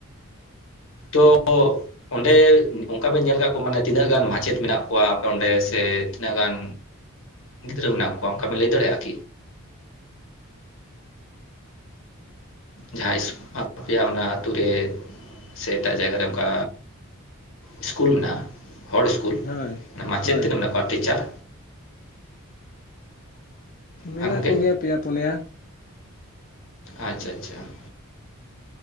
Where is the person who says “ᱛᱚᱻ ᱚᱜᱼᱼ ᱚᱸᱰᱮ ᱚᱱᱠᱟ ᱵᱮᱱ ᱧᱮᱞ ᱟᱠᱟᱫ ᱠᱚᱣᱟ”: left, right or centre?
Left